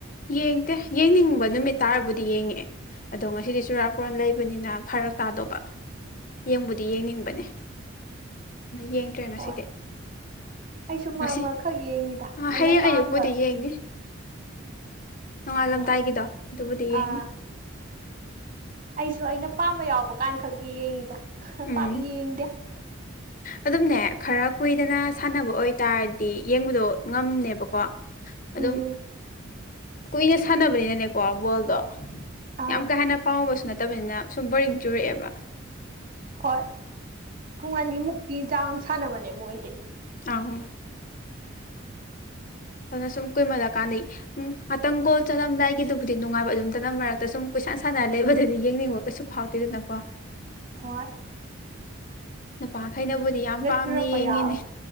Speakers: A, on the left; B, on the right.
A: ꯌꯦꯡꯗꯦ ꯌꯦꯡꯅꯤꯡꯕ ꯅꯨꯃꯤꯠ ꯇꯥꯔꯕꯨꯗꯤ ꯌꯦꯡꯉꯛꯦ ꯑꯗꯣ ꯉꯁꯤꯗꯤ ꯆꯨꯔꯥꯀꯣꯔꯣꯟ ꯂꯩꯕꯅꯤꯅ ꯐꯔꯛ ꯇꯥꯗꯧꯕ ꯌꯦꯡꯕꯨꯗꯤ ꯌꯦꯡꯅꯤꯡꯕꯅꯦ
B: <unintelligible>
A: ꯌꯦꯡꯗ꯭ꯔꯦ ꯉꯁꯤꯗꯤ
B: ꯍꯣꯏ ꯑꯩꯁꯨ ꯃꯔꯛ
A: ꯉꯁꯤ
B: ꯃꯔ ꯈꯛ ꯌꯦꯡꯉꯤꯗ
A: ꯑ,
B: ꯑꯩꯅ
A: ꯍꯌꯦꯡ
B: ꯄꯥꯝꯕꯒꯨꯝꯕ
A: ꯑꯌꯨꯛꯄꯨꯗꯤ ꯌꯦꯡꯅꯤ ꯅꯣꯡꯉꯥꯜꯂꯝꯗꯥꯏꯒꯤꯗꯣ
B: ꯍꯣꯏ
A: ꯑꯗꯨꯕꯨꯗꯤ ꯌꯦꯡꯅꯤ
B: ꯑꯥ ꯑꯩꯁꯨ ꯑꯩꯅ ꯄꯥꯝꯕ ꯌꯥꯎꯕ ꯀꯥꯟ ꯈꯛ ꯌꯦꯡꯉꯤꯗ
A: ꯎꯝ
B: ꯄꯥꯛ ꯌꯦꯡꯗꯦ
A: ꯑꯗꯨꯝꯅꯦ ꯈꯔ ꯀꯨꯏꯗꯅ ꯁꯥꯟꯅꯕ ꯑꯣꯏꯇꯥꯔꯗꯤ ꯌꯦꯡꯕꯗꯣ ꯉꯝꯃꯦꯕꯀꯣ ꯑꯗꯨꯝ
B: ꯎꯝ
A: ꯀꯨꯏꯅ ꯁꯥꯟꯅꯕꯅꯤꯅꯅꯦꯀꯣ ꯕꯣꯜꯗꯣ
B: ꯑꯥ
A: ꯌꯥꯝ ꯀꯥ ꯍꯦꯟꯅ ꯄꯥꯎꯝꯕꯁꯨ ꯅꯠꯇꯕꯅꯤꯅ ꯁꯨꯝ ꯕꯣꯔꯤꯡ ꯆꯨꯔꯛꯑꯦꯕ
B: ꯍꯣꯏ ꯄꯨꯡ ꯑꯅꯤꯃꯨꯛꯇꯤ ꯆꯥꯡ ꯁꯥꯟꯅꯕꯅꯦ ꯃꯣꯏꯗꯤ
A: ꯑꯣ ꯑꯗꯨꯅ ꯁꯨꯝ ꯀꯨꯏꯃꯜꯂ ꯀꯥꯟꯅꯩ ꯉꯥꯛꯇꯪꯒꯣꯜ ꯆꯅꯝꯗꯥꯏꯒꯤꯗꯨꯕꯨꯗꯤ ꯅꯨꯡꯉꯥꯏꯕ ꯑꯗꯨꯝ ꯆꯠꯅꯝ ꯃꯔꯛꯇ ꯁꯨꯝ ꯏꯁꯥ ꯁꯥꯟꯅ ꯂꯩꯕꯗꯗꯤ ꯌꯦꯡꯅꯤꯡꯕ ꯀꯩꯁꯨ ꯐꯥꯎꯗꯦꯗꯅꯀꯣ
B: ꯍꯣꯏꯠ
A: ꯅꯨꯄꯥꯈꯩꯅꯕꯨꯗꯤ ꯌꯥꯝ ꯄꯥꯝꯅ
B: ꯆꯨꯔꯛꯄ
A: ꯌꯦꯡꯉꯤꯅꯦ
B: ꯌꯥꯎꯋꯦ